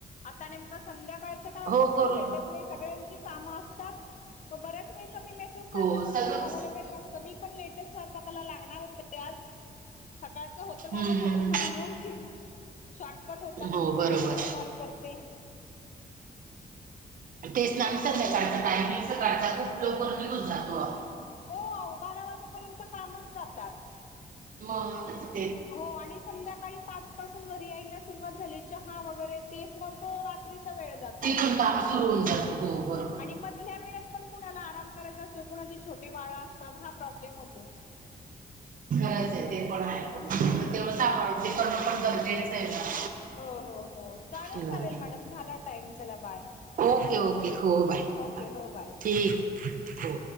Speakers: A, on the left; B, on the right.
A: आता नेमका संध्याकाळ सकाळच
B: हो
A: कोण
B: करू
A: भेटत नाही सगळ्याची काम असतात म बऱ्याच वेळच मी मेस तु टाकला
B: हो
A: म्हणून
B: सगळंच
A: पण अवलेबल नसत मी पण लेट च स्वयंपाकाला लागणार होते. ते आज सकाळचं होत माझं
B: हम्म हम्म
A: थोडस म्हणून शॉटकट होता
B: हम्म
A: म्हणून
B: हो
A: म्हणलं
B: बरोबर
A: एक दोन कॉल करते
B: तेच ना आणि
A: हा
B: संध्याकाळचा टायमिंगचा सकाळचा खूप लवकर निघून जातो आहो.
A: हो आहो बारा वाजेपर्यंत कामच जातात.
B: मं
A: हो आणि संध्याकाळी पाच पासून घरी यायला सुरुवात झाली चहा वगैरे तेच म तो रात्रीचा वेळ जातो
B: तिथून काम सुरू होऊन जातं हो बरोबर आहे.
A: आणि मधल्या वेळत पण कुणाला आराम करायचा असतो कुणाचे छोटे बाळ असतात हा प्रॉब्लेम होतो.
B: खरच आहे ते पण आहे पण तेवढं सांभाळून ते करणं पण गरजेचं ये ना
A: हो हो हो चालेल
B: हम्म.
A: चालेल मॅडम झाला टाईम चला बाय.
B: ओके ओके हो बाय
A: ओके
B: हां
A: हो बाय.
B: ठीक हो.